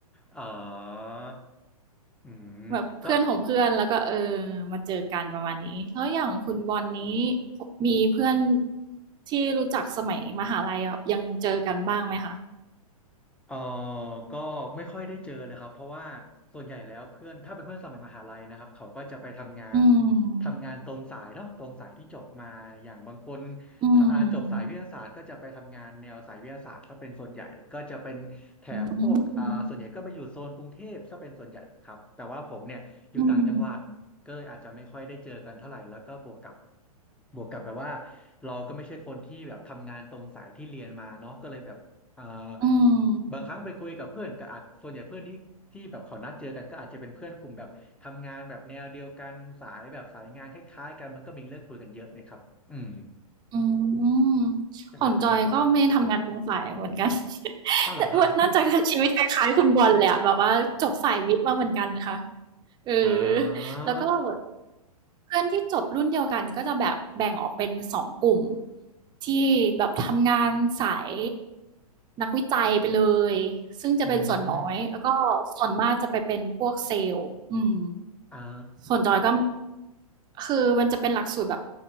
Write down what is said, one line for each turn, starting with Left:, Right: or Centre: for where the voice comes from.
Centre: อ๋ออืมก็
Right: แบบเพื่อนของเพื่อนแล้วก็เออมาเจอกันประมาณนี้แล้วอย่างคุณบอลนี้มีเพื่อนที่รู้จักสมัยมหาลัยแบบยังเจอกันบ้างไหมคะ
Centre: เออก็ไม่ค่อยได้เจอเลยครับเพราะว่าส่วนใหญ่แล้วเพื่อนถ้าเป็นเพื่อนสมัยมหาลัยนะครับเขาก็จะไปทำงาน
Right: อืม
Centre: ทำงานตรงสายเนาะตรงสายที่จบมาอย่างบางคน
Right: อืม
Centre: ถ้าอ่าจบสายวิทยาศาสตร์ก็จะไปทำงานแนวสายวิทยาศาสตร์ถ้าเป็นส่วนใหญ่ก็จะเป็นแถบพวกอ่าส่วนใหญ่ก็ไปอยู่โซนกรุงเทพถ้าเป็นส่วนใหญ่ครับแต่ว่าผมเนี่ยอยู่ต่างจังหวัดก็เลยอาจจะไม่ค่อยได้เจอกันเท่าไหร่แล้วก็บวกกับ
Right: อืมอืม
Centre: บวกกับแบบว่าเราก็ไม่ใช่คนที่แบบทำงานตรงสายที่เรียนมาเนาะก็เลยแบบเอ่อ
Right: อืม
Centre: บางครั้งไปคุยกับเพื่อนก็อาจส่วนใหญ่เพื่อนที่ที่แบบเขานัดเจอกันก็อาจจะเป็นเพื่อนกลุ่มแบบทำงานแบบแนวเดียวกันสายแบบสายงานคล้ายๆกันมันก็มีเรื่องคุยกันเยอะนะครับอืม
Right: อืม
Centre: จะเป็นแบบนั้นมากกว่า
Right: ของจอยก็ไม่ทำงานตรงสายเหมือนกัน <laughs>
Centre: อ้าวเหรอครับ
Right: แต่ว่าน่าจะชีวิตคล้ายๆคุณบอลเลยอะแบบว่าจบสายวิทย์มาเหมือนกันนะคะ
Centre: <laughs>
Right: เออ
Centre: อ่า
Right: แล้วก็เพื่อนที่จบรุ่นเดียวกันก็จะแบบแบ่งออกเป็นสองกลุ่มที่แบบทำงานสายนักวิจัยไปเลยซึ่งจะเป็นส่วนน้อยแล้วก็ส่วนมากจะไปเป็นพวกเซลส์อืม
Centre: อืมอ่า
Right: ส่วนจอยก็คือมันจะเป็นหลักสูตรแบบ